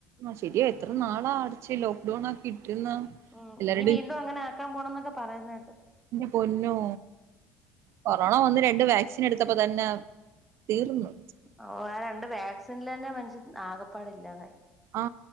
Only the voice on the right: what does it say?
ആ ശരിയോ എത്ര നാളാ അടച്ച് ലോക്ക്ഡൌൺ ആക്കി ർന്നു,
എല്ലരുട,
ന്റെ പൊന്നോ കൊറോണ വന്ന് രണ്ട് വാക്സിൻ എടുത്തപ്പോ തന്നെ തീർന്നു.
ആ,